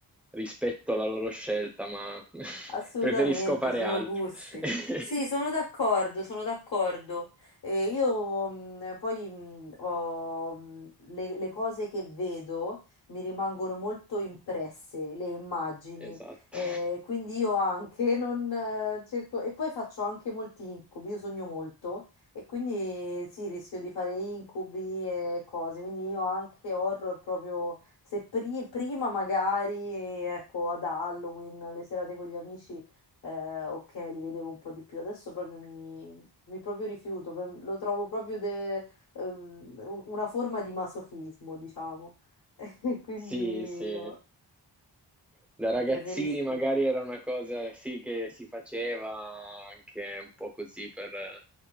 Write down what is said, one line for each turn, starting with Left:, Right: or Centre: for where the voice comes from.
Centre: rispetto alla loro scelta, ma <laughs>
Left: Assolutamente,
Centre: preferisco fare
Left: sono
Centre: altro.
Left: gusti.
Centre: <laughs>
Left: Sì, sono d'accordo, sono d'accordo. E io mh, poi mh, ho, mh, le, le cose che vedo mi rimangono molto impresse, le immagini.
Centre: Esatto.
Left: Eh, quindi io anche <laughs> non eh, cerco... E poi faccio anche molti incubi, io sogno molto e quindi sì, rischio di fare incubi e cose. Quindi io anche horror proprio se pri- prima magari, ecco, ad Halloween, le serate con gli amici, eh, ok, li vedevo un po' di più. Adesso proprio mi, mi proprio rifiuto, per- lo trovo proprio de- ehm, un- una forma di masochismo, diciamo. <laughs> E quindi
Centre: Sì, sì.
Left: no,
Centre: Da ragazzini
Left: preferisco.
Centre: magari era una cosa sì che si faceva anche un po' così per